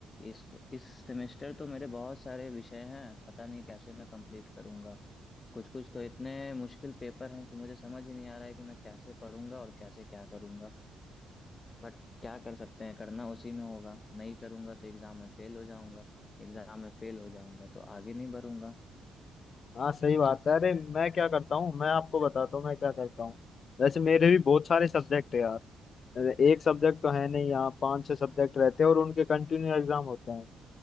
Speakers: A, on the left; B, on the left.
A: इस इस सेमेस्टर तो मेरे बहुत सारे विषय हैं पता नहीं कैसे मैं कंप्लीट करूँगा कुछ कुछ तो इतने मुश्किल पेपर हैं कि मुझे समझ ही नहीं आ रहा है कि मैं कैसे पढ़ूंगा और कैसे क्या करूँगा बट क्या कर सकते हैं करना उसी में होगा नहीं करूँगा तो एग्ज़ाम में फेल हो जाऊँगा एग्ज़ाम में फेल हो जाऊँगा तो आगे नहीं बढ़ूँगा
B: हाँ सही बात है अरे मैं क्या करता हूँ मैं आपको बताता हूँ मैं क्या करता हूँ वैसे मेरे भी बहुत सारे सब्जेक्ट है यार एक सब्जेक्ट तो है नहीं यहाँ पांच छह सब्जेक्ट रहते हैं और उनके कंटिन्यू एग्जाम होते हैं